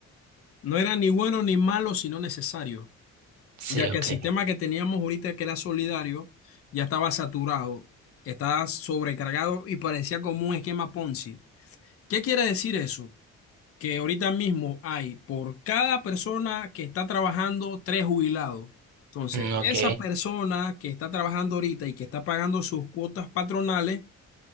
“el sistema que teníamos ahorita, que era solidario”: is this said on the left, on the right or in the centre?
Left